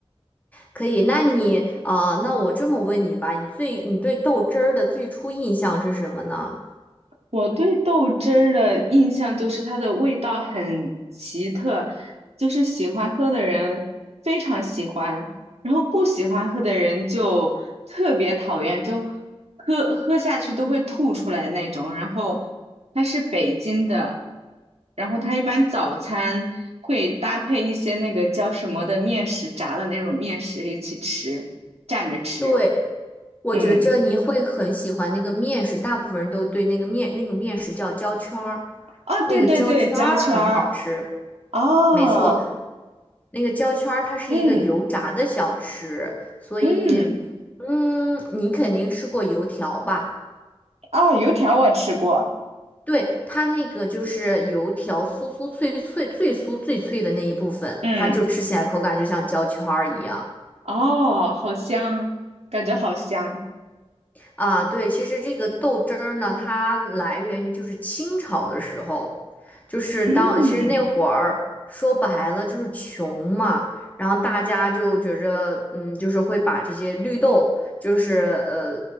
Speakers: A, on the left; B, on the right.
A: 可以，那你啊、那我这么问你吧，你最你对豆汁儿的最初印象是什么呢？
B: 我对豆汁儿的印象就是它的味道很奇特，就是喜欢喝的人非常喜欢，然后不喜欢喝的人就特别讨厌，就喝喝下去都会吐出来那种。然后它是北京的，然后它一般早餐会搭配一些那个叫什么的面食，炸的那种面食一起吃，蘸着吃。
A: 对，我觉着你会很喜欢那个面食，
B: 嗯，
A: 大部分人都对那个面那个面食叫焦圈儿，
B: 啊，
A: 那个焦圈儿很好吃。
B: 对对对，焦圈儿啊，
A: 没错，那个焦圈儿它是一个油炸的小吃，
B: 嗯
A: 所以
B: 嗯，
A: 嗯，你肯定吃过油条吧？
B: 啊，油条我吃过，
A: 对，它那个就是油条酥酥脆脆最酥最脆的那一部分，
B: 嗯，
A: 它就吃起来口感就像焦圈儿一样。
B: 哦，好香，感觉好香，
A: 啊，对，其实这个豆汁儿呢，它来源于就是清朝的时候，就是当其实那会儿说白了就是穷嘛，
B: 嗯
A: 然后大家就觉着，嗯，就是会把这些绿豆，就是呃